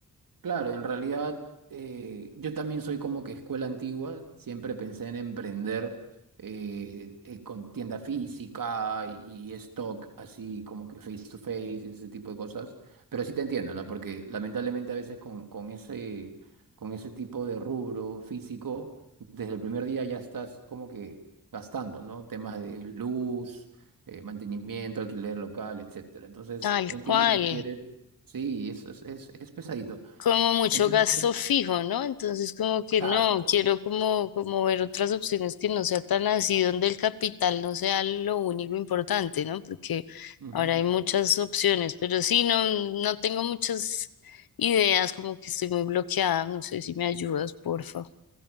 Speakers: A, on the right; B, on the left.
A: Claro, en realidad eh, yo también soy como que escuela antigua, siempre pensé en emprender eh, eh, con tienda física y, y stock, así como que face to face, ese tipo de cosas, pero sí te entiendo, ¿no? Porque lamentablemente a veces con, con ese, con ese tipo de rubro físico, desde el primer día ya estás como que gastando, ¿no? Temas de luz, eh, mantenimiento, alquiler local, etcétera. Entonces
B: tal
A: entiendo
B: cual.
A: que quieres, sí, eso es, es es pesadito.
B: como mucho
A: Entonces,
B: gasto fijo, ¿no? Entonces como
A: exacto.
B: que no, quiero como, como ver otras opciones que no sea tan así, donde el capital no sea lo único importante, ¿no? Porque
A: Ujú.
B: ahora hay muchas opciones, pero sí, no, no tengo muchas ideas, como que estoy muy bloqueada, no sé si me ayudas, porfa.